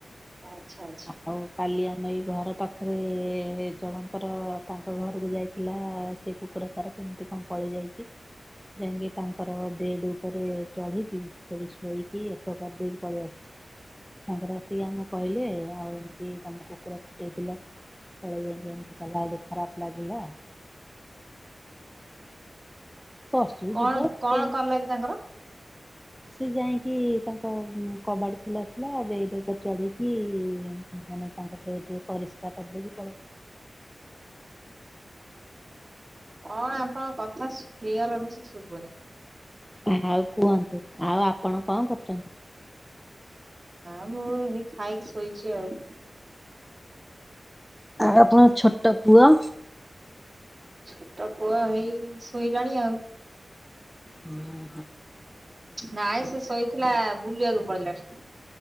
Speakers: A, on the right; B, in the centre.
A: ଆଚ୍ଛା ଆଚ୍ଛା।
B: ହଉ କାଲି ଆମେ ଏଇ ଘର ପାଖରେ ଜଳଙ୍କର ତାଙ୍କ ଘରକୁ ଯାଇଥିଲା ସେ କୁକୁରା କ କେମିତି କଣ ପଳେଇ ଯାଇଛି। ଯାଇକି ତାଙ୍କର ବେଡ ଉପରେ ଚଢିକି ସେଠି ଶୋଇକି ଏକକାର ଦେଇକି ପଳେଇ ଆସିଛି। ସାଙ୍କର ଆସିକି ଆମ କହିଲେ ଆଉ ଏମତି ତମ କୁକୁର ଫିଟେଇଥିଲ। ପଳ ତା ଲ ହଲେ ଖରାପ ଲାଗିଲା। ପଶୁ
A: କଣ
B: ଜୀବ ସେ
A: କଣ କଲେ କି ତାଙ୍କର?
B: ସେ ଯାଇକି ତାଙ୍କ କବାଡ଼ି ଖେଲା ଥିଲା ଦେଇ ଦେକ ଚଢ଼ିକି ମାନେ ତାଙ୍କ ବେଡ ରେ ପରିସ୍ରା କରିଦକ ବି ପଡ
A: କଣ ଆପଣଙ୍କ କଥା କ୍ଲିୟର ରହିଛି ଶୁଭୁନି।
B: ଆଉ କୁହନ୍ତୁ ଆଉ ଆପଣ କଣ କରୁଛନ୍ତି?
A: ହଁ ମୁଁ ହେଇ ଖାଇକି ଶୋଇଛି ଆଉ।
B: ଆଉ ଆପଣଙ୍କ ଛୋଟ ପୁଅ।
A: ଛୋଟ ପୁଅ ହେଇ ଶୋଇଲାଣି ଆଉ।
B: ହୁଁ ହଁ
A: ନାଇଁ ସେ ଶୋଇଥିଲା ବୁଲିବାକୁ ପଡିଲାଣି